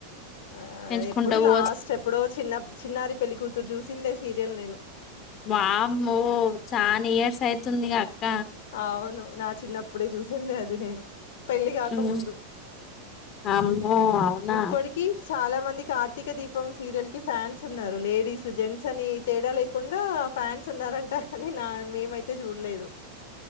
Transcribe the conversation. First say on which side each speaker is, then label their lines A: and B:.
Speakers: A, on the left; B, on the left.
A: ఆ
B: పెంచుకుంటా
A: ఎప్పుడు
B: పో
A: లాస్ట్ ఎప్పుడో చిన్న నారి పెళ్ళిక కూతురు చూసిందే సీరియల్ నేను
B: వామ్మో చానా ఇయర్స్ అయితుంది అక్క
A: అవును నా చిన్నప్పుడే చూసిందే అది నేను పెళ్లి గాక
B: ఉమ్
A: ముందు
B: అమ్మో అవునా
A: ఇప్పడికి చాలా మంది కార్తీక దీపం సీరియల్ కి ఫ్యాన్స్ ఉన్నారు లేడీస్ జెంట్స్ అని తేడా లేకుండా ఫ్యాన్స్ ఉన్నారంటా కానీ నా మేమైతే చూడలేదు